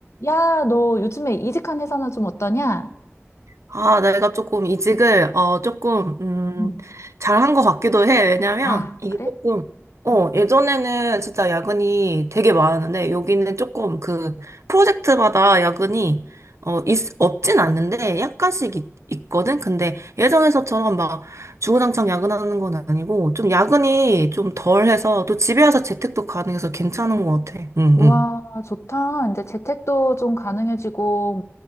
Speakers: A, on the left; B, on the right.
A: 야, 너 요즘에 이직한 회사는 좀 어떠냐?
B: 아, 내가 조금 이직을, 어, 조금, 음,
A: 음,
B: 잘한 것 같기도 해. 왜냐면,
A: 아,
B: 이게
A: 그래?
B: 조금, 어,
A: 음.
B: 예전에는 진짜 야근이 되게 많았는데, 여기는 조금 그, 프로젝트마다 야근이, 어, 있, 없진 않는데, 약간씩 있, 있거든? 근데 예전에서처럼 막, 주구장창 야근하는 건 아니고, 좀 야근이 좀 덜해서, 또 집에 와서 재택도 가능해서 괜찮은 것 같아. 응,
A: 우와,
B: 응.
A: 좋다. 이제 재택도 좀 가능해지고,